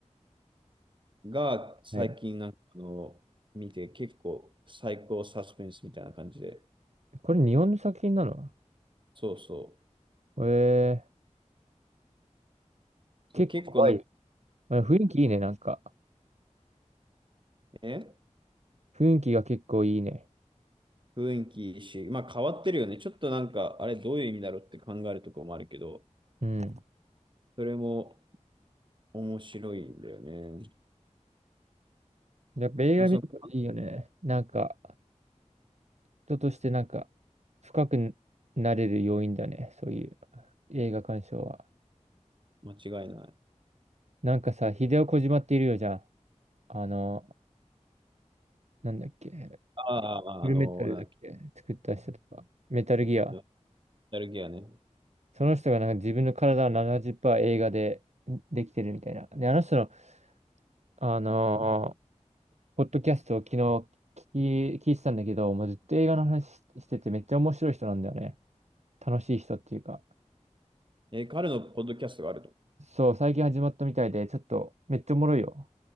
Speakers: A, on the right (about 40°); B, on the right (about 65°).
A: が最近なんかあの、
B: ー、ね、
A: 見て結構最高サスペンスみたいな感じで、
B: これ日本の作品なの
A: そうそ
B: えー、
A: う、
B: 結構怖い。
A: そう結構なんか
B: まあ、雰囲気いいね、なんか。
A: ね、
B: 雰囲気が結構いいね。
A: 雰囲気いいし、まあ変わってるよね。ちょっとなんか、あれどういう意味だろうって考えるところもあるけど、
B: うん。
A: それも、面白いんだよね。
B: やっぱ映画見るといいよね。
A: まあ、そうか。
B: なんか、人としてなんか、深くなれる要因だね。そういう映画鑑賞は。
A: 間違いない。
B: なんかさ、ヒデオ・コジマっているよじゃん。あの、なんだっけ。
A: ああ、
B: フルメタルだっけ作った人とか。
A: あの、なんだっけ、
B: メタルギア。
A: ノスタルギアね。
B: その人がなんか自分の体を70%映画でできてるみたいな。で、あの人の、あのポッドキャストを昨日聞き、聞いてたんだけど、もうずっと映画の話ししててめっちゃ面白い人なんだよね。楽しい人っていうか。
A: え彼のポッドキャストがあると。
B: そう、最近始まったみたいで、ちょっとめっちゃおもろいよ。